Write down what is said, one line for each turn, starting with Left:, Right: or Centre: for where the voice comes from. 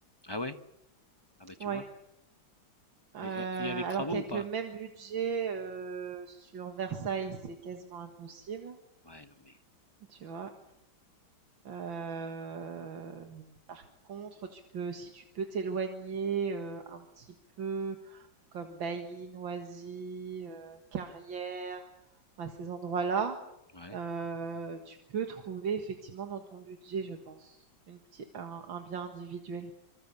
Left: Ah ouais? Ah bah tu
Right: Ouais.
Left: vois.
Right: Euh,
Left: Et, et- et avec travaux
Right: alors qu'avec
Left: ou pas?
Right: le même budget euh, sur Versailles, c'est quasiment impossible.
Left: Ouais, non mais.
Right: Tu vois? Heu, par contre, tu peux si tu peux t'éloigner, heu, un petit peu comme Bailly, Noisy, heu, Carrières, à ces endroits-là,
Left: Ouais.
Right: heu, tu peux trouver effectivement dans ton budget, je pense, une petit un un bien individuel.